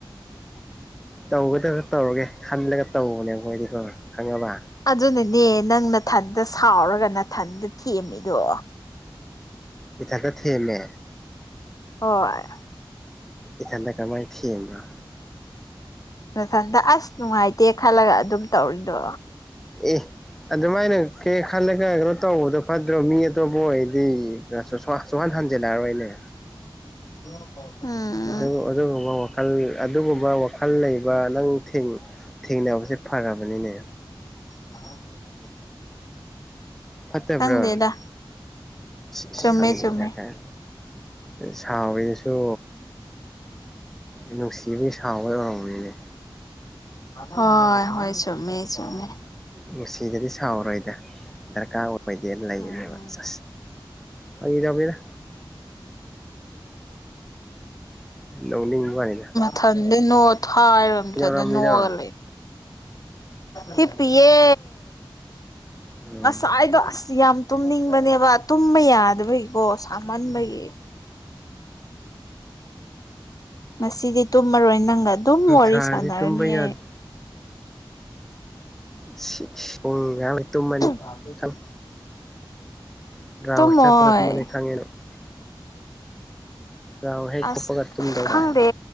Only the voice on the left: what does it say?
ꯑꯗꯨꯅꯅꯦ ꯅꯪ ꯅꯥꯊꯟꯗ ꯁꯥꯎꯔꯒ ꯅꯥꯊꯟꯗ ꯊꯦꯝꯃꯤꯗꯣ
ꯍꯣꯏ
ꯅꯊꯟꯇꯥ ꯑꯁ ꯅꯨꯡꯉꯥꯏꯇꯦ ꯈꯜꯂꯒ ꯑꯗꯨꯝ ꯇꯧꯔꯤꯗꯣ
<unintelligible> ꯎꯝ
<unintelligible>
ꯈꯪꯗꯦꯗ
ꯆꯨꯝꯃꯦ
ꯆꯨꯝꯃꯦ
ꯍꯣꯏ ꯍꯣꯏ ꯆꯨꯝꯃꯦ ꯆꯨꯝꯃꯦ
ꯎꯝ
ꯊꯟꯗꯥ ꯅꯣꯛ ꯊꯥꯏꯔꯕ ꯃꯊꯟꯗ
ꯅꯣꯛꯑꯒ ꯂꯩ ꯍꯤ ꯄꯤꯌꯦ
ꯉꯁꯥꯏꯗꯣ ꯑꯁ ꯌꯥꯝ ꯇꯨꯝꯅꯤꯡꯕꯅꯦꯕ ꯇꯨꯝꯕ ꯌꯥꯗꯕꯒꯤꯀꯣ ꯁꯥꯃꯟꯕꯒꯤ <unintelligible> ꯉꯁꯤꯗꯤ ꯇꯨꯝꯃꯔꯣꯏ ꯅꯪꯒ ꯑꯗꯨꯝ ꯋꯥꯔꯤ
ꯁꯥꯟꯅꯔꯅꯤꯌꯦ
<unintelligible>
ꯇꯨꯝꯃꯣꯏ
ꯑꯁ
ꯈꯪꯗꯦ